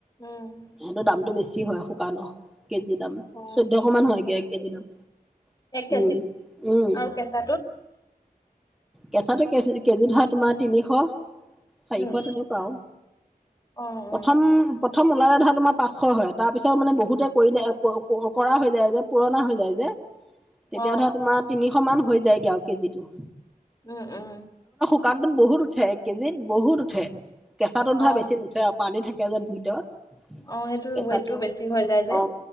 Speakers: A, on the left (about 25°); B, in the centre.
A: উম
B: সেতো দামটো বেছি হয় শুকান অ কেজি দাম
A: অ
B: চৈধ্যশ মান হয়গে এক কেজি দাম
A: এক কেজিত
B: উম উম।
A: আৰু কেঁচাটোত
B: কেঁচাটো কে কেজি ধৰা তোমাৰ তিনিশ। চাৰিশ
A: উম
B: তেনেকুৱা আৰু
A: অ অ
B: প্ৰথম প্ৰথম ওলালে ধৰা তোমা পাঁচশ হয় তাৰ পিছত মানে বহুতে কৰি দিয়ে আ ক ক কৰা হৈ যায় যে পুৰণা হৈ যায় যে। তেতিয়া
A: অ
B: ধৰা তোমাৰ তিনি। সমান হৈ যায়গে আৱ কেজিটো।
A: উম উম
B: শুকান তোন বহুত উঠে কেজিত বহুত উঠে। কেঁচা টোত ধৰা
A: অ
B: বেছি নুঠে আৰু পানী থাকে। থাকে যে ভিতৰত
A: অ সেইটো
B: কেঁচাটো
A: ৱেইটটো বেছি হৈ যায় যে
B: অ